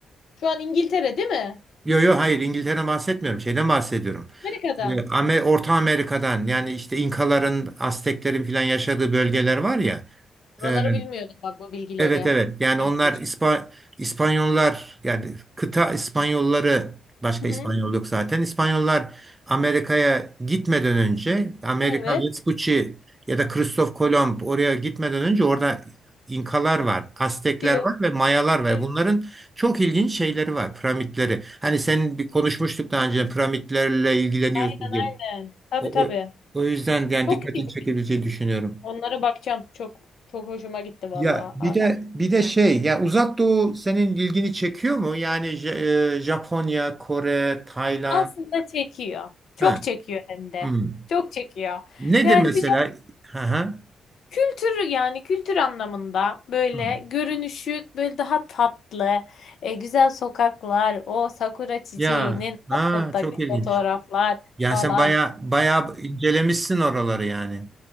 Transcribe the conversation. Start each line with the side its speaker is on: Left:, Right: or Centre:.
Left: Şu an İngiltere değil mi?
Right: Yo yo hayır İngiltere'den bahsetmiyorum. Şeyden bahsediyorum.
Left: Amerika'dan.
Right: E, Amer- Orta Amerika'dan yani işte İnkaların, Azteklerin filan yaşadığı bölgeler var ya.
Left: Buraları
Right: e,
Left: bilmiyordum bak bu bilgileri.
Right: Evet evet
Left: Çok
Right: yani onlar
Left: ilginç.
Right: İspa İspanyollar yani kıta İspanyolları başka
Left: Hı hı.
Right: İspanyol yok zaten. İspanyollar Amerika'ya gitmeden önce Amerika
Left: Evet.
Right: Vespucci ya da Kristof Kolomb oraya gitmeden önce orada İnkalar var, Aztekler
Left: Diyor.
Right: var ve Mayalar var.
Left: Evet,
Right: Bunların çok ilginç şeyleri var, piramitleri. Hani senin bir konuşmuştuk daha önce piramitlerle ilgileniyorsun
Left: aynen
Right: diye.
Left: aynen. Tabii
Right: O,
Left: tabii.
Right: o o yüzden yani
Left: Çok
Right: dikkatini
Left: iyi.
Right: çekebileceğini düşünüyorum.
Left: Onlara bakacağım. Çok çok hoşuma gitti vallahi
Right: Ya bir
Left: abi.
Right: de bir de şey ya Uzak Doğu senin ilgini çekiyor mu? Yani Ja- e, Japonya, Kore, Tayland.
Left: Aslında çekiyor. Çok
Right: Ha.
Left: çekiyor hem de.
Right: hmm.
Left: Çok çekiyor.
Right: Nedir
Left: Yani
Right: mesela?
Left: bir
Right: Ha ha.
Left: Kültür yani kültür anlamında böyle
Right: Hmm.
Left: görünüşü böyle daha tatlı, e, güzel sokaklar, o sakura çiçeğinin
Right: Ya ha
Left: altındaki
Right: çok ilginç.
Left: fotoğraflar
Right: Yani
Left: falan.
Right: sen baya baya incelemişsin oraları yani.